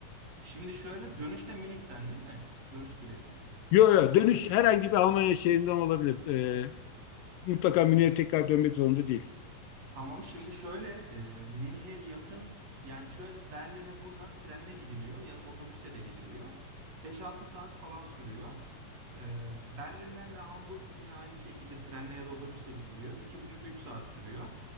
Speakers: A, on the right; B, on the left.
A: şimdi şöyle dönüşte Münih'ten değil mi? Dönüş bileti de.
B: Yok yok dönüş herhangi bir Almanya şehrinden olabilir. E, mutlaka Münih'e tekrar dönmek zorunda değil.
A: Tamam şimdi şöyle e, Münih'e yakın yani şöyle Berlin'e buradan trenle gidiliyor ya da otobüsle de gidiliyor. beş altı saat falan sürüyor. E, Berlin'den de Hamburg yine aynı şekilde trenle ya da otobüsle gidiliyor. iki buçuk üç saat sürüyor.